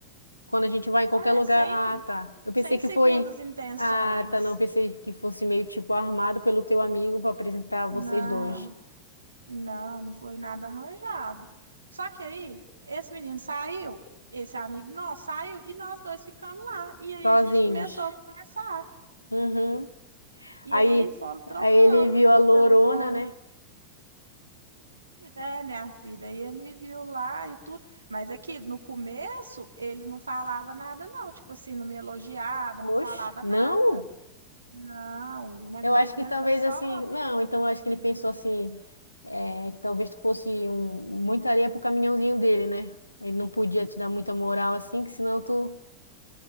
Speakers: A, on the left (about 85°); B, on the right (about 75°).
A: quando a gente vai em qualquer
B: é,
A: lugar.
B: sem,
A: Ah, tá. Eu pensei
B: sem
A: que
B: segundas
A: foi.
B: intenções.
A: Ah, tá. Não, eu pensei que fosse meio tipo armado pelo teu amigo para apresentar
B: Não,
A: vocês dois,
B: não, não foi nada arranjado. Só que aí, esse menino saiu, esse amigo nosso saiu, e nós dois ficamos lá. E aí
A: sozinhos.
B: a gente começou a conversar.
A: Uhum. Aí,
B: E aí fomos, trocamos
A: aí ele viu a lorona,
B: os telefones.
A: né?
B: É, minha filha, e ele me viu lá e tudo, mas é que no começo ele não falava nada, não, tipo assim, não me elogiava, não
A: Oxe,
B: falava
A: não.
B: nada. Não, o negócio
A: Eu acho que
B: dele
A: talvez
B: era só
A: assim, não, então eu acho que ele pensou assim, é, que talvez tu fosse um, muita areia pro caminhãozinho dele, né? Ele não podia te dar muita moral assim, que senão tu.